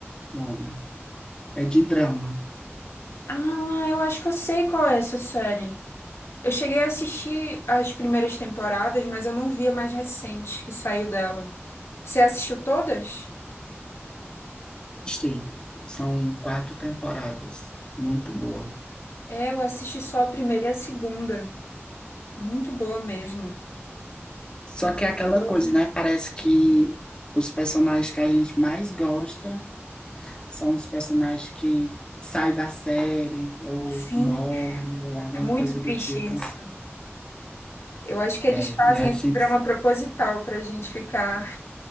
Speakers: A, on the left; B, on the left.
A: nome. É de drama.
B: Ah, eu acho que eu sei qual é essa série. Eu cheguei a assistir as primeiras temporadas, mas eu não vi a mais recente que saiu dela. Você assistiu todas?
A: Assisti. São quatro temporadas. Muito boa.
B: É, eu assisti só a primeira e a segunda. Muito boa mesmo.
A: Só
B: E tem
A: que é aquela
B: coisa-
A: coisa, né? Parece que os personagens que a gente mais gosta são os personagens que saem da série, ou
B: Sim,
A: morrem, ou alguma
B: é muito
A: coisa
B: triste
A: do tipo.
B: isso. Eu acho que eles
A: É,
B: fazem
A: e a
B: esse
A: gente,
B: drama proposital pra gente ficar